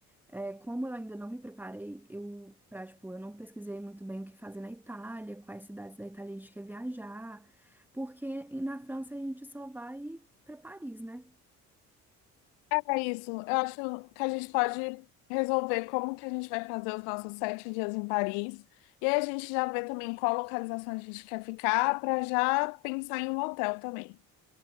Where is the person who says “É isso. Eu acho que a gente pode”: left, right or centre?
Left